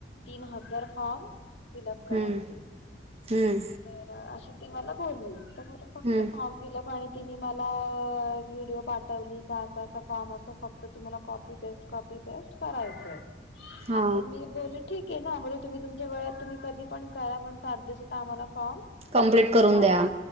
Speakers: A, on the left (about 65°); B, on the right (about 35°).
A: तीन हजार फॉर्म. फिलअप करायचेत.
B: हम्म हम्म
A: त अ अशी ती मला बोलली तर मी म्हंटलं फक्त
B: हम्म
A: फॉर्म फिलअप आणि तिने मला एक व्हिडिओ पाठवली का असा असा फॉर्म असतो फक्त तुम्हाला कॉपी पेस्ट कॉपी पेस्ट करायचं आहे.
B: हा
A: तर मी <unintelligible> ठीक आहे ना म्हणजे तुम्ही तुमच्या वेळेत तुम्ही कधी पण करा पण सात दिवसात आम्हाला फॉर्म
B: कंप्लीट
A: हे
B: करून
A: पाहिजे
B: द्या